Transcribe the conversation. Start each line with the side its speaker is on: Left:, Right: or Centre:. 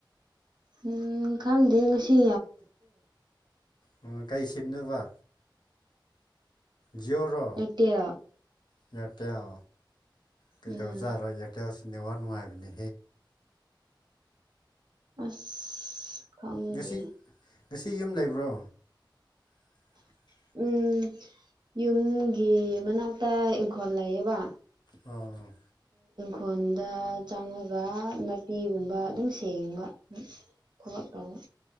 Right: ꯎꯝ ꯈꯪꯗꯦ ꯉꯁꯤ
Left: ꯑꯣ ꯀꯩ ꯁꯤꯅꯣꯕ ꯖꯤꯑꯣꯔꯣ
Right: ꯑꯦꯌꯥꯔꯇꯦꯜ
Left: ꯏꯌꯥꯔꯇꯦꯜ ꯀꯩꯗꯧꯖꯥꯔꯣ
Right: ꯎꯝ
Left: ꯏꯌꯥꯔꯇꯦꯜꯁ ꯅꯦꯋꯥ ꯅꯨꯡꯉꯥꯏꯕꯅꯦ
Right: ꯑꯁ ꯈꯪꯗꯦ
Left: ꯉꯁꯤ ꯉꯁꯤ ꯌꯨꯝ ꯂꯩꯕ꯭ꯔꯣ <inaudible>
Right: ꯎꯝ ꯌꯨꯝꯒꯤ ꯃꯅꯥꯛꯇ ꯏꯪꯈꯣꯜ ꯂꯩꯌꯦꯕ
Left: ꯑꯣ
Right: ꯐꯣꯟꯗ ꯆꯪꯉꯒ ꯅꯥꯄꯤꯒꯨꯝꯕ ꯑꯗꯨꯝ ꯁꯦꯡꯕ ꯊꯃꯥꯛ ꯇꯧꯕ